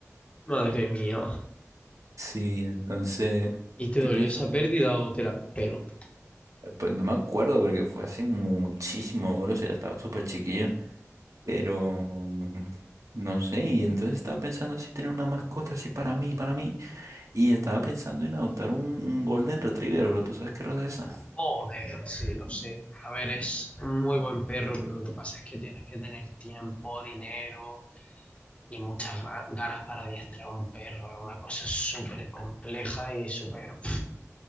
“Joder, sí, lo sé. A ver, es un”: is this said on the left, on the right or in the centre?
Left